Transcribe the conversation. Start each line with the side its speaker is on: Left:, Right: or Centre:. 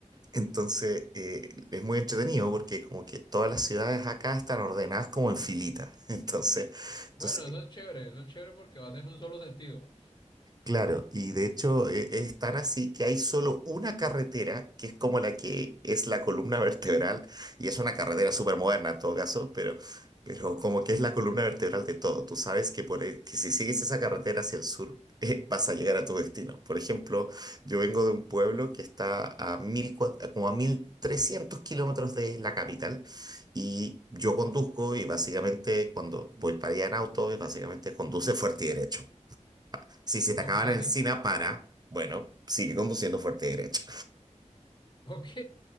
Right: entonces eh, es muy entretenido porque como que todas las ciudades acá están ordenadas como en filitas. <laughs> Entonces, entonces
Left: Bueno, eso es chévere, eso es chévere porque va en un solo sentido.
Right: Claro, y de hecho e- es tan así que hay solo una carretera que es como la que es la columna <laughs> vertebral, y es una carretera súper moderna en todo caso, pero, pero como que es la columna vertebral de todo. Tú sabes que, por, e- que si sigues esa carretera hacia el sur, <laughs> eh, vas a llegar a tu destino. Por ejemplo, yo vengo de un pueblo que está a mil, como a 1300 kilómetros de la capital, y yo conduzco, y básicamente cuando voy para allá en auto, y básicamente conduce fuerte y derecho. Si se te
Left: Ok,
Right: acaba la encina,
Left: <laughs>
Right: para. Bueno, sigue conduciendo fuerte derecho.
Left: ok,